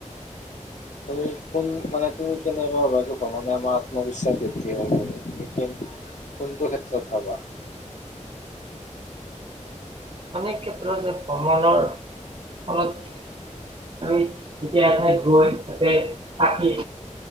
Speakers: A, on the left; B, on the right.
A: তুমি কোন মানে তুমি কেনেকুৱা হবাটো ভানে আমাৰ আত্মবিশ্বাস বৃদ্ধি হয় তুমি কোনটো ক্ষেত্ৰত হবা ।
B: অনেক ক্ষেত্ৰ যে ভ্ৰমণৰ ফলত আমি যেতিয়া এঠাইত গৈ তাতে থাকি